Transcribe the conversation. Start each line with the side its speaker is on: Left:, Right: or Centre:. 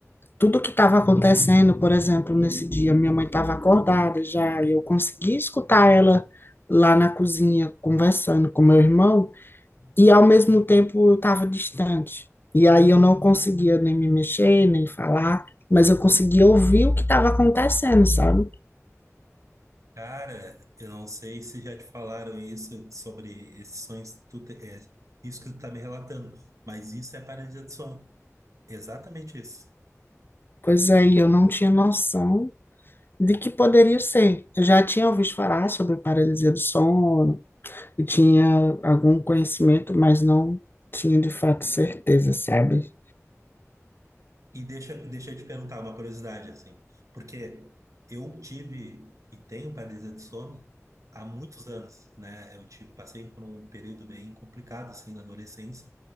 Left: tudo que estava acontecendo, por exemplo, nesse dia, minha mãe estava acordada já, e eu consegui escutar ela lá na cozinha conversando com meu irmão, e ao mesmo tempo eu estava distante. E aí eu não conseguia nem me mexer, nem falar, mas eu conseguia ouvir o que estava acontecendo, sabe?
Right: Cara, eu não sei se já te falaram isso sobre esses sonhos, que tu te- é, isso que tu tá me relatando, mas isso é paralisia do sono, exatamente isso.
Left: Pois aí eu não tinha noção de que poderia ser. Eu já tinha ouvido falar sobre paralisia do sono, e tinha algum conhecimento, mas não tinha de fato certeza, sabe?
Right: E deixa, deixa eu te perguntar uma curiosidade, assim, porque eu tive e tenho paralisia de sono há muitos anos, né? Eu tive, passei por um período bem complicado, assim, na adolescência,